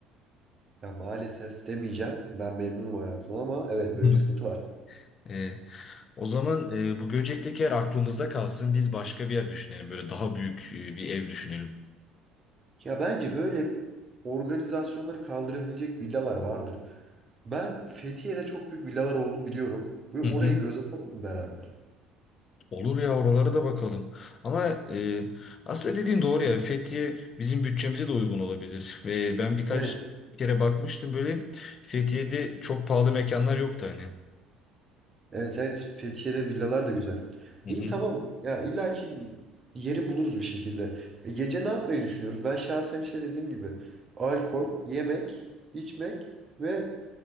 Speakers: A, on the right; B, on the left.
A: Ya maalesef demeyeceğim. Ben memnunum hayatımdan ama evet böyle
B: Hı.
A: bir sıkıntı var.
B: E, o zaman e, bu Göcek'teki yer aklımızda kalsın. Biz başka bir yer düşünelim. Böyle daha büyük e, bir ev düşünelim.
A: Ya bence böyle organizasyonları kaldırabilecek villalar vardır. Ben Fethiye'de çok büyük villalar olduğunu biliyorum. Böyle
B: Hı
A: oraya
B: hı.
A: göz atalım mı beraber?
B: Olur ya oralara da bakalım. Ama e, aslında dediğin doğru ya. Fethiye bizim bütçemize de uygun olabilir. Ve ben birkaç
A: Evet.
B: kere bakmıştım böyle Fethiye'de çok pahalı mekanlar yoktu hani.
A: Evet evet Fethiye'de villalar da güzel.
B: Hı
A: İyi
B: hı.
A: tamam ya illaki yeri buluruz bir şekilde. E, gece ne yapmayı düşünüyoruz? Ben şahsen işte dediğim gibi alkol, yemek, içmek ve